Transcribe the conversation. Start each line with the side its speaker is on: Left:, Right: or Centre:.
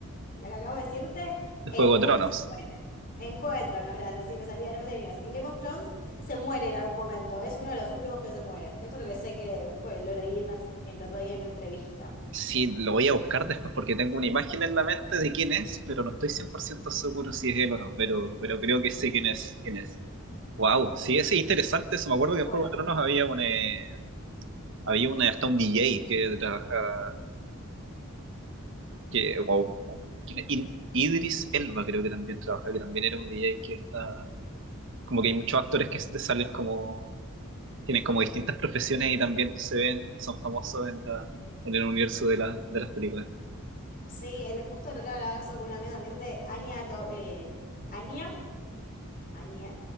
Left: la que acabo de decirte,
Right: de
Left: en
Right: Juego
Left: un
Right: de
Left: momento
Right: Tronos.
Left: se fue, en Juego de Tronos, gracias, sí, me salía, no me salía en inglés. En Game of Thrones se muere en algún momento, es uno de los últimos que se muere. Esto es lo que sé que, pues, lo leí en una- el otro día en una entrevista.
Right: Sí, lo voy a buscar después porque tengo una imagen en la mente de quién es, pero no estoy 100% seguro si es él o no, pero, pero creo que sé quién es, quién es. Wow, sí, es interesante eso. Me acuerdo que
Left: Bueno.
Right: en Juego de Tronos había un, eh, había una, hasta un DJ que trabaja que, wow, ¿quién es? In- Idris Elba creo que también trabaja, que también era un DJ que está, como que hay muchos actores que te salen como, tienen como distintas profesiones y también se ven y son famosos en la, en el universo de la, de las películas. <laughs>
Left: Sí, el, justo lo que hablaba eso con una amiga también de Anya, To- eh, Anya. Anya,